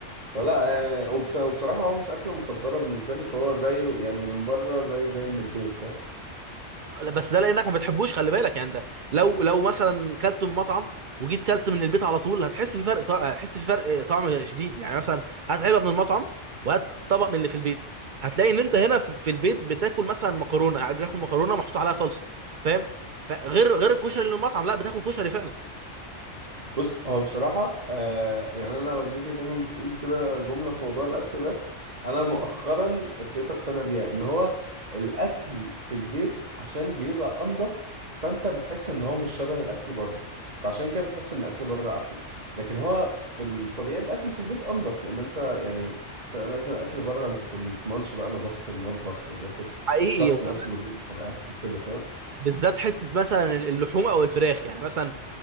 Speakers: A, on the right; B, on the right.
A: فلا يعني وبص- وبصراحة هو مش أكلة مفضلة بالنسبة لي فهو زيه يعني من بره زيه زي من البيت فاهم
B: بس ده لانك ما بتحبوش خلي بالك يعني ده لو لو مثلا كلت من مطعم وجيت كلت من البيت على طول هتحس في فرق طع- هتحس في فرق طعم شديد يعني مثلا هات علبه من المطعم وهات طبق من اللي في البيت هتلاقي ان انت هنا في في البيت بتاكل مثلا مكرونه يعني بتاكل مكرونه محطوط عليها صلصه فاهم فغير غير غير الكشري اللي من المطعم لا بتاكل كشري فعلا
A: بص هو بصراحة آه يعني أنا والدتي دايما بتقول كده جملة في موضوع الأكل ده أنا مؤخرا ابتديت أقتنع بيها إن هو الأكل في البيت عشان بيبقى أنضف فأنت بتحس إن هو مش شبه الأكل بره فعشان كده بتحس إن الأكل بره أحلى لكن هو في الطبيعي الأكل في البيت أنضف لأن أنت يعني فالأكل الأكل بره أنت تضمنش بقى نظافة المطبخ
B: هو
A: نظافة
B: حقيقي
A: الشخص
B: وكمان
A: نفسه اللي بيطبخ الأكل كده فاهم؟
B: يعني بالذات حته مثلا اللحوم او الفراخ يعني مثلا